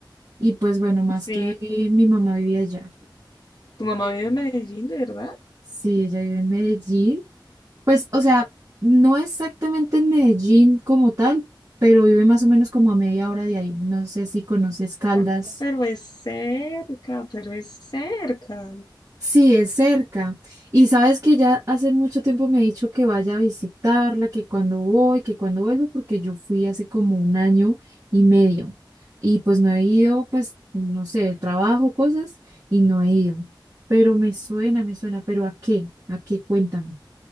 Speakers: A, on the right; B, on the left.
A: Y pues bueno, más
B: Sí,
A: que eh, mi mamá vivía allá.
B: tu mamá
A: Eh,
B: vive en Medellín, ¿de verdad?
A: Sí, ella vive en Medellín. Pues, o sea, no exactamente en Medellín como tal, pero vive más o menos como a media hora de ahí. No sé si conoces Caldas.
B: Ah, pero es cerca, pero es cerca.
A: Sí, es cerca. Y sabes que ya hace mucho tiempo me ha dicho que vaya a visitarla, que cuando voy, que cuando vuelvo, porque yo fui hace como un año y medio. Y pues no he ido, pues, no sé, trabajo, cosas, y no he ido. Pero me suena, me suena, pero ¿a qué? ¿A qué? Cuéntame.